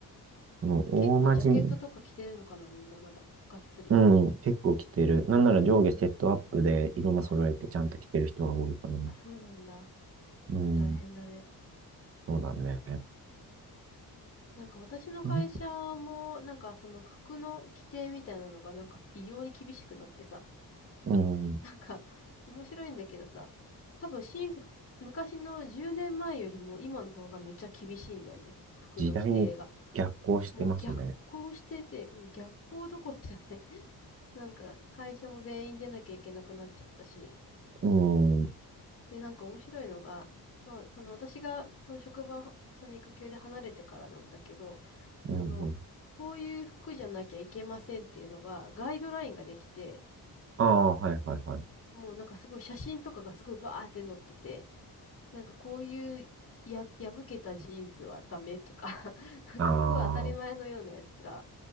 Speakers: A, on the right; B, on the left.
A: この大真面
B: 結構ジャケットとか着てるのかな、みんなまだ。がっつり。
A: 目、うん、結構来てる。なんなら上下セットアップで色も揃えてちゃんと着てる人が多いかな。
B: うん。わあ、あ、そうなんだ。
A: うん、
B: こう大変だね。
A: そうだね。
B: なんか私の会社も、
A: なん
B: なんかその服の規定みたいなのが、なんか異様に厳しくなってさ。
A: うん、
B: なんか、面白いんだけどさ。多分新卒、昔の10年前よりも今の方がめっちゃ厳しいんだよね。服の規定が。
A: 時代に逆行してますね。
B: もう逆行してて、もう逆行どころじゃない。<laughs> なんか、会社も全員出なきゃいけなくなっちゃったし。
A: うん、うん、
B: で、なんか面白いのが、まあ、その私が、その職場、その育休で離れてからなんだけど、
A: うん。
B: その、こういう服じゃなきゃいけませんっていうのが、ガイドラインができて、
A: ああ、はいはいはい。
B: もうなんかすごい写真とかがすごいバーって載ってて、なんかこういうや、破けたジーンズはダメとか <laughs> なんかすごい当たり前のようなやつが
A: ああ、